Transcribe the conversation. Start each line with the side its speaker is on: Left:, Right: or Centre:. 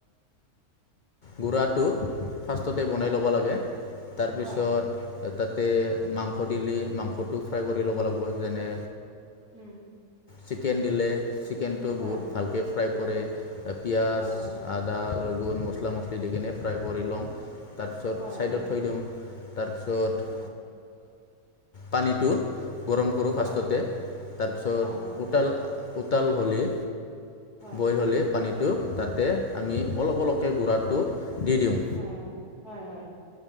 Left: গুৰাটো ফাৰ্ষ্টতে বনাই
Right: হয়
Left: ল'ব লাগে তাৰপিছত
Right: হয়
Left: তাতে মাংস দিলে মাংসটো ফ্ৰাই কৰি ল'ব লাগিব যেনে
Right: উম।
Left: চিকেন দিলে চিকেনটো
Right: হয়
Left: বহুত
Right: হয়
Left: ভালকৈ ফ্ৰাই কৰে। পিয়াজ
Right: হয়
Left: আদা ৰগুন মছলা মছলি দি কিনে ফ্ৰাই কৰি লওঁ। তাৰপিছত
Right: হয় হয়
Left: ছাইডত
Right: হয়
Left: থৈ দিও তাৰপিছত
Right: অ'
Left: পানীটো গৰম কৰোঁ
Right: হয়
Left: ফাৰ্ষ্টতে তাৰপিছত
Right: অ' হয়
Left: উতাল উতাল হ'লেই
Right: হয়
Left: বইল হ'লেই পানীত তাতে আমি অলপ অলপকৈ গুড়াটো দি দিওঁ
Right: হয় হয় হয় হয়।